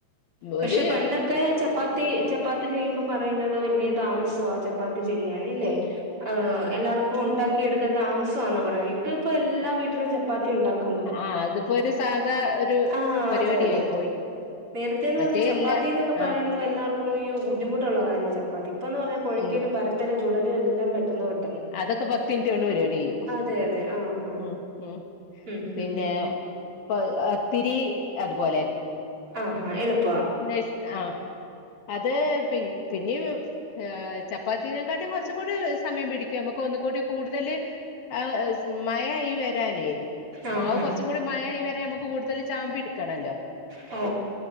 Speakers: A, on the right; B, on the left.
A: പക്ഷെ
B: ഒരു
A: പണ്ടൊക്കെ ചപ്പാത്തി. ചപ്പാത്തി ചപ്പാത്തി തീരുമ്പോൾ പറയുന്നത് വല്യയ താമസമാ. ചപ്പാത്തിചെയ്യൻ ഇല്ലേ എല്ലാവർക്കും ഒണ്ടാക്കി എടുക്കാൻ താമസ. ന്നാ പറയാ ഇപ്പ ഇപ്പൊ എല്ലാ വീട്ടിലും ചപ്പാത്തി ഒണ്ടാക്കും.
B: ആ അതിപ്പോ ഒരു സാധാ ഒരു
A: ആഹ്
B: പരിപാടി
A: അതെ അതെ
B: ആയി പോയി
A: നേരത്തെന്ന്
B: മറ്റേ
A: പറയുമ്പോ ചപ്പാത്തി
B: എല്ലാ
A: എന്നൊക്കെ പറയുമ്പോ
B: ആഹ്
A: എല്ലർക്കും യോ ബുദ്ധിമുട്ടുള്ളള്ള കാര്യ ചപ്പ. പ്പാത്തി ഇപ്പന്ന് പറഞ്ഞ കൊഴക്കലും
B: ഉം
A: പരത്തലും ചുടലും എല്ലാം പെട്ടെന്ന് പെട്ടെന്ന്.
B: അതൊക്കെ പത്ത് മിനിറ്റ് കൊണ്ട് പരിപാടി കയ്യും.
A: അതെ അതെ ആഹ് ആഹ്
B: ഉ ഉ
A: ഉം
B: പിന്നെ
A: ഉം ഉം
B: പത്തിരി അതുപോലെ
A: ആഹാ എളുപ്പ
B: നൈ സ് ആ അത് പി പിന്നെ ഏ ചപ്പാത്തിനെക്കാട്ടിലും കുറച്ചും കൂടി സമയം പിടിക്കും നമുക്ക് ഒന്നുകൂടി കൂടുതൽ ആ സ് മയായി വരാനേ
A: ആഹ്
B: മാവ് കുറച്ചും കൂടി മയ ആയി വരാന് നമുക്ക് കൂടുതൽ ചാമ്പി ടുക്കണല്ലോ.
A: ഓ